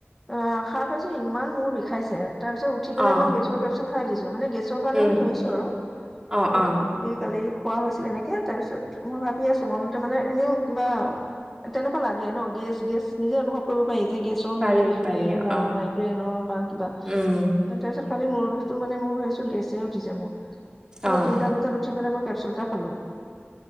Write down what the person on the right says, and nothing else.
অ'
উম
অ'
অ'
পাৰি
পাৰি
অ'
উম
অ'